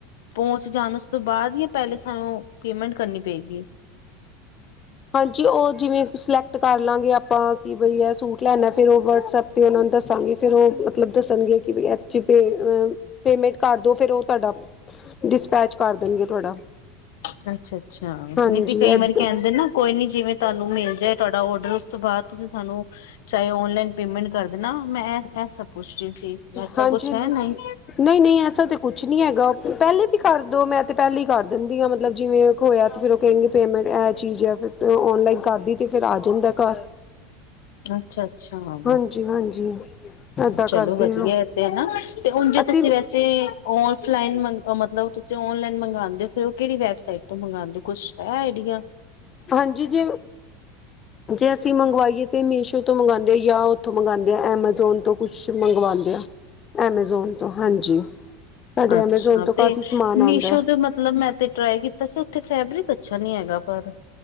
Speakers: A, on the left; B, on the left.
A: ਪਹੁੰਚ ਜਾਣ ਉਸ ਤੋਂ ਬਾਅਦ ਹੀ ਪਹਿਲੇ ਸਾਨੂੰ ਪੇਮੈਂਟ ਕਰਨੀ ਪਏਗੀ।
B: ਹਾਂਜੀ, ਓ ਜਿਵੇਂ ਸਿਲੈਕਟ ਕਰ ਲਵਾਂਗੇ ਆਪਾਂ ਕਿ ਬਈ ਹੈ ਸੂਟ ਲੈਂਦਾ ਫਿਰ ਉਹ ਵਟਸਐਪ ਤੇ ਉਹਨਾ ਨੂੰ ਦੱਸਾਂਗੇ ਫੇਰ ਉਹ ਮਤਲਬ ਦੱਸਣਗੇ ਕਿ ਇਥ ਭੇ ਅ ਪੇਮੈਂਟ ਕਰਦੋ ਫਿਰ ਉਹ ਤੁਹਾਡਾ ਡਿਸਪੈਚ ਕਰ ਦੇਣਗੇ ਤੁਹਾਡਾ।
A: ਅੱਛਾ ਅੱਛਾ,
B: ਹਾਂਜੀ
A: ਨੀ ਤੀ ਕਈ
B: ਇੱਦਾਂ
A: ਵਾਰੀ ਕਹਿੰਦੇ ਨਾ ਕੋਈ ਨੀ ਜਿਵੇਂ ਤੁਹਾਨੂੰ ਮਿਲ ਜਾਏ ਤੁਹਾਡਾ ਔਡਰ ਉਸ ਤੋਂ ਬਾਅਦ ਤੁਸੀਂ ਸਾਨੂੰ ਚਾਹੇ ਓਨਲਾਈਨ ਪੇਮੈਂਟ ਕਰ ਦੇਣਾ ਮੈਂ ਇਹ ਸਭ ਪੁੱਛ ਰਹੀ ਸੀ। ਐਸਾ
B: ਹਾਂਜੀ
A: ਕੁਛ
B: ਹਾਂਜੀ,
A: ਹੈ ਨਹੀਂ
B: ਨਹੀਂ ਨਹੀਂ ਐਸਾ ਕੁਛ ਨਹੀਂੀ ਹੈਗਾ ਪਹਿਲੇ ਵੀ ਕਰ ਦਿਉ ਮੈਂ ਤਾਂ ਪਹਿਲੇ ਈ ਕਰ ਦਿੰਦੀ ਆ ਮਤਲਬ ਜਿਵੇਂ ਹੋਇਆ ਫਿਰ ਉਹ ਕਹਿੰਗੇ ਪੇਮੈਂਟ ਚੀਜ਼ ਐ ਫਿਰ ਔਨਲਾਈਨ ਕਰਦੀ ਤੇ ਫਿਰ ਆ ਜਾਂਦਾ ਘਰ।
A: ਅੱਛਾ, ਅੱਛਾ ਹੂੰ,
B: ਹਾਂਜੀ ਹਾਂਜੀ ਇੱਦਾਂ
A: ਚਲੋ
B: ਕਰਦੇ
A: ਵਧੀਆ
B: ਹਾਂ
A: ਤੇ ਹਨਾ ਤੇ ਹੁਣ ਜੇ
B: ਅਸੀਂ
A: ਤੁਸੀਂ ਵੈਸੇ ਵੈਸੇ ਆਫਲਾਈਨ ਮਤਲਬ ਤੁਸੀਂ ਓਨਲਾਈਨ ਮੰਗਉਂਦੇ ਹੋ ਫਿਰ ਹੋ ਕਿਹੜੀ ਵੈਬਸਾਈਟ ਤੋਂ ਮੰਗਾਂਦੇ ਓ ਕੁੱਛ ਹੈ ਆਈ ਡੀਆਂ।
B: ਹਾਂਜੀ, ਜੇ ਜੇ ਅਸੀਂ ਮੰਗਵਾਈਏ। ਤੇ ਮੀਸ਼ੋ ਤੋਂ ਮੰਗਾਂਦੇ ਆ ਜਾਂ ਉੱਥੋਂ ਮੰਗਾਂਦੇ ਆ ਐਮਾਜ਼ੋਨ ਤੋਂ ਕੁਛ ਮੰਗਾਂਦੇ ਆ। ਐਮਾਜ਼ੋਨ ਤੋਂ ਹਾਂਜੀ। ਸਾਡੇ
A: ਅੱਛਾ,
B: ਐਮਾਜ਼ੋਨ ਤੋਂ ਕਾਫੀ
A: ਤੇ
B: ਸਮਾਨ ਆਉਂਦਾ।
A: ਮੀਸ਼ੋ ਦੇ ਮਤਲਬ ਮੈਂ ਤੇ ਟਰਾਈ ਕੀਤਾ ਸੀ ਉੱਥੇ ਫੈਬਰਿਕ ਅੱਛਾ ਨਹੀਂ ਹੈਗਾ ਪਰ।